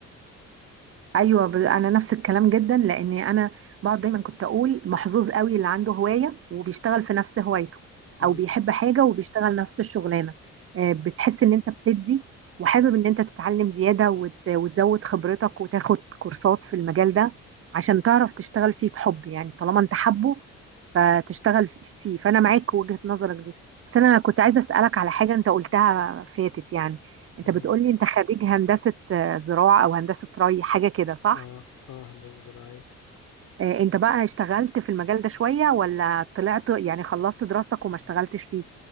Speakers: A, on the right; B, on the left.
A: ايوه ب- انا نفس الكلام جدا لاني انا بقعد دايما كنت اقول محظوظ قوي اللي عنده هوايه وبيشتغل في نفس هوايته
B: امم
A: او بيحب حاجه وبيشتغل نفس الشغلانه آه، بتحس ان انت بتدي وحابب ان انت تتعلم زياده وت- وتزود خبرتك وتاخد كورسات في المجال ده عشان تعرف تشتغل فيه بحب يعني طالما انت حبه فتشتغل في- فيه فانا معاك وجهه نظرك دي بس انا كنت عايزه اسالك على حاجه انت قلتها فاتت يعني انت
B: ايه
A: بتقولي انت خريج هندسه زراعة أو هندسة ري حاجة كده صح؟
B: اه اه هندسة زراعية
A: آه، أنت بقى اشتغلت في المجال ده شوية ولا طلعت يعني خلصت دراستك وما اشتغلتش فيه؟